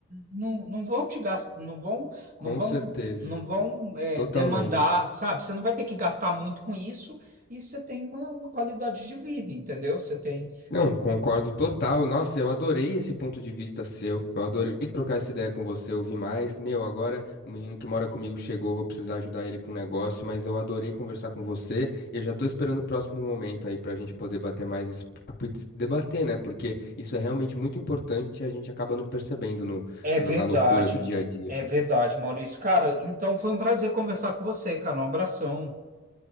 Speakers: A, on the right; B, on the left.
A: não, não vão te gastar, não vão, não
B: Com
A: vão,
B: certeza,
A: não vão, é,
B: totalmente.
A: demandar, sabe? Você não vai ter que gastar muito com isso e você tem uma, uma qualidade de vida, entendeu? Você tem.
B: Não, concordo total. Nossa, eu adorei esse ponto de vista seu. Eu adorei trocar essa ideia com você, ouvir mais. Meu, agora o menino que mora comigo chegou, vou precisar ajudar ele com um negócio, mas eu adorei conversar com você e eu já tô esperando o próximo momento aí pra gente poder bater mais esse papo e des- debater, né? Porque isso é realmente muito importante e a gente acaba não percebendo no,
A: É
B: no-
A: verdade,
B: na loucura do dia a dia.
A: é verdade, Maurício. Cara, então foi um prazer conversar com você, cara. Um abração.